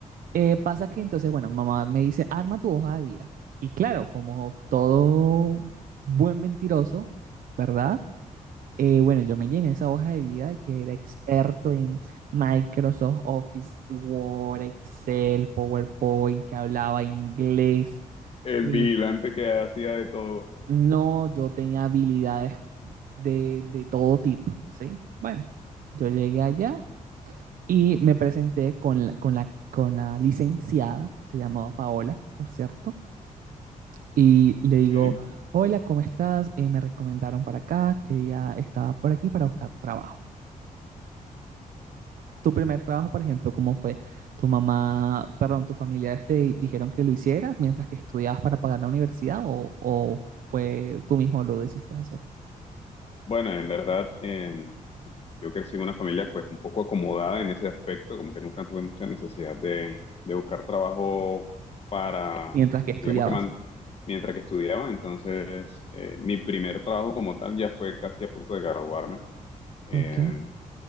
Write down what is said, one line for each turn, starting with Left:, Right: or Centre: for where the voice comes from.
Right: eh, pasa que entonces, bueno, mi mamá me dice, arma tu hoja de vida. Y claro, como todo buen mentiroso, ¿verdad? Eh, bueno, yo me llené esa hoja de vida de que era experto en Microsoft Office, Word, Excel, PowerPoint, que hablaba inglés,
Left: El
Right: que
Left: vigilante que hacía de todo.
Right: no, yo tenía habilidades de, de todo tipo, ¿sí? Bueno, yo llegué allá y me presenté con la, con la, con la licenciada, se llamaba Paola, por cierto, y le digo,
Left: Ok,
Right: hola, ¿cómo estás? Eh, me recomendaron para acá, quería, estaba por aquí para buscar trabajo. Tu primer trabajo, por ejemplo, ¿cómo fue? ¿Tu mamá, perdón, tus familiares te di- dijeron que lo hicieras mientras que estudiabas para pagar la universidad o, o fue tú mismo lo decidiste hacer
Left: Bueno, en verdad, en- yo crecí en una familia pues un poco acomodada en ese aspecto, como que nunca tuve mucha necesidad de, de buscar trabajo para,
Right: mientras que estudiabas?
Left: digamos que man- mientras que estudiaba, entonces eh, mi primer trabajo como tal ya fue casi a punto de graduarme. eh,
Right: Ok.